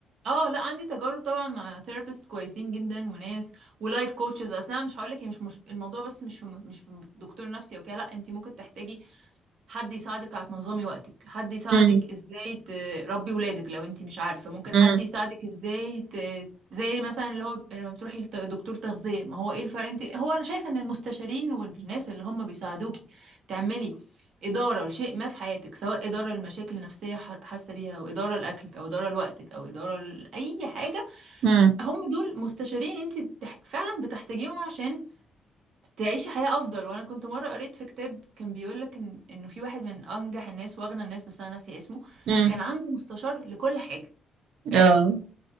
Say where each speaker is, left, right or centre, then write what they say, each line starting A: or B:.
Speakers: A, on the right; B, on the right.
A: اه لا عندي تجارب طبعا مع ثيرابيست كويسين جدا وناس ولايف كوتشز اصل انا مش هقول لك هي مش, مش الموضوع بس مش في م- مش في دكتور نفسي او كده لا انت ممكن تحتاجي حد يساعدك على تنظمي وقتك حد يساعدك
B: امم
A: ازاي تربي ولادك لو انت مش عارفة ممكن
B: امم
A: حد يساعدك ازاي ت... زي مثلا اللي هو لما بتروحي لدكتور تغذية ما هو ايه الفرق انت هو انا شايفة ان المستشارين والناس اللي هم بيساعدوكي تعملي إدارة لشيء ما في حياتك سواء إدارة لمشاكل نفسية ح- حاسة بيها أو إدارة لأكلك أو إدارة لوقتك أو إدارة لأي حاجة
B: امم
A: هم دول مستشارين انت بتح... فعلا بتحتاجيهم عشان تعيشي حياة أفضل وأنا كنت مرة قريت في كتاب كان بيقولك إن إنه في واحد من أنجح الناس وأغنى الناس بس أنا ناسية اسمه
B: امم
A: كان عنده مستشار لكل حاجة آه
B: اه